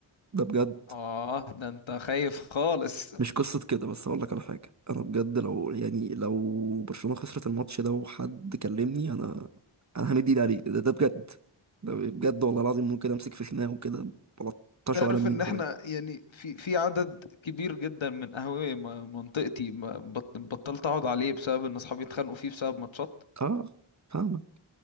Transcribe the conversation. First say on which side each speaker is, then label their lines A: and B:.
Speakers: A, on the right (about 35°); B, on the left (about 65°).
A: ده بجد
B: اه ده انت خايف خالص
A: مش قصة كده بس أقول لك على حاجة أنا بجد لو يعني لو برشلونة خسرت الماتش ده وحد كلمني أنا أنا همد إيدي عليه ده, ده بجد ده بجد والله العظيم ممكن أمسك في خناقة وكده بلطشه
B: تعرف
A: على مين
B: ان
A: ولا
B: احنا يعني في في عدد كبير جدا من قهاوي م- منطقتي ما- بط- بطلت اقعد عليه بسبب ان اصحابي اتخانقوا فيه بسبب ماتشات
A: آه فاهمة